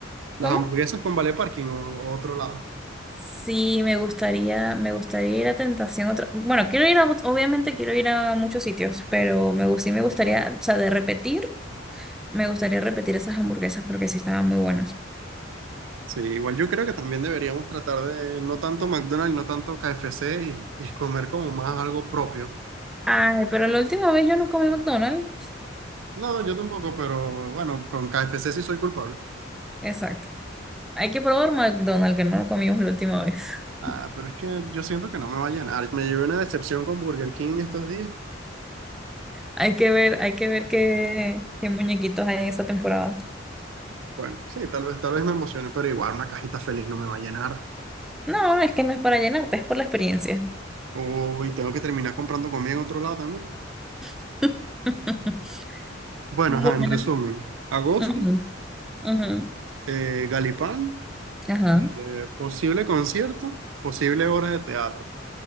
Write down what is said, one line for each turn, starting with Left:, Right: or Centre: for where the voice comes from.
Right: las
Centre: ¿cómo?
Right: hamburguesas con Vale Parking o o otro lado?
Centre: Sí, me gustaría, me gustaría ir a Tentación otra. Bueno, quiero ir a, obviamente quiero ir a muchos sitios, pero me, gu- sí me gustaría, o sea, de repetir, me gustaría repetir esas hamburguesas porque sí estaban muy buenas.
Right: Sí, igual yo creo que también deberíamos tratar de no tanto McDonald's, no tanto KFC y, y comer como más algo propio.
Centre: Ay, pero la última vez yo no comí McDonald's.
Right: No, yo tampoco, pero bueno, con KFC sí soy culpable.
Centre: Exacto. Hay que probar McDonald's que no lo comimos la última vez. <laughs>
Right: Ah, pero es que yo siento que no me va a llenar. Me llevé una decepción con Burger King estos días.
Centre: Hay que ver, hay que ver qué, qué muñequitos hay en esa temporada.
Right: Bueno, sí, tal vez, tal vez me emocione, pero igual una cajita feliz no me va a llenar.
Centre: No, es que no es para llenarte, es por la experiencia.
Right: Uy, tengo que terminar comprando comida en otro lado también.
Centre: <laughs>
Right: Bueno,
Centre: Bueno.
Right: ajá, en resumen, agosto,
Centre: Ujú, ujú.
Right: eh, Galipán,
Centre: Ajá,
Right: eh, posible concierto, posible hora de teatro.